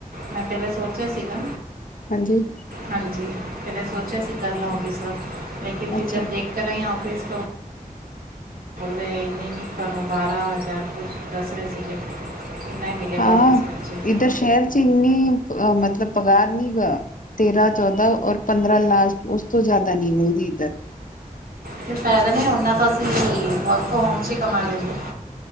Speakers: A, on the right; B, on the left.
A: ਮੈਂ ਪਹਿਲਾਂ ਸੋਚਿਆ ਸੀਗਾ
B: ਹਾਂਜੀ
A: ਹਾਂਜੀ। ਪਹਿਲੇ ਸੋਚਿਆ ਸੀ ਕਰ ਲਾ ਔਫਿਸ ਵਰਕ ਲੇਕਨ ਫਿਰ
B: ਅੱਛਾ
A: ਜਦ ਦੇਖ ਕਰ ਆਈ ਹਾਂ ਔਫਿਸ
B: <unintelligible> <inaudible>
A: ਤੇ ਤੁਹਾਨੂੰ ਬਾਰਾਂ ਹਜ਼ਾਰ ਕੁਛ ਦੱਸ ਰਹੇ ਸੀਗੇ। ਇੰਨਾ ਹੀ ਮਿਲੇਗਾ
B: ਹਾਂ
A: ਆਫਿਸ ਵਿੱਚ
B: ਇੱਧਰ ਸ਼ਹਿਰ ਚ ਇੰਨੀ ਅ ਮਤਲਬ ਪਗਾਰ ਨੀ ਗਾ। ਤੇਰਾਂ ਚੌਦਾਂ ਔਰ ਪੰਦਰਾਂ ਲਾਸਟ ਉਸ ਤੋਂ ਜਿਆਦਾ ਨੀ ਮਿਲਦ। <unintelligible> <inaudible>
A: ਕੋਈ ਫਾਇਦਾ ਨਹੀਂ ਉਹਨਾਂ ਤਾਂ ਅਸੀਂ ਵਰਕ ਫਰੋਮ ਹੋਮ ਚ ਹੀ ਕਮਾ ਲੈਂਦੇ।